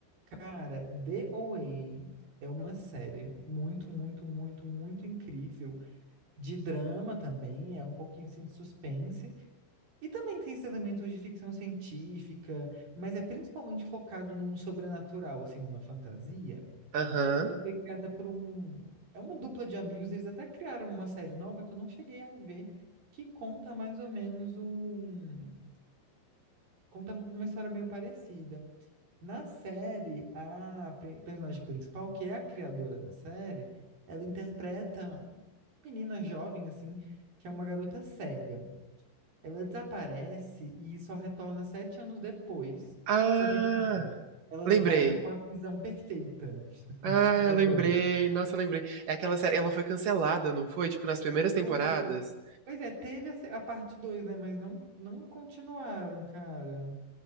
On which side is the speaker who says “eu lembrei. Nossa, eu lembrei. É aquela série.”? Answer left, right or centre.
Right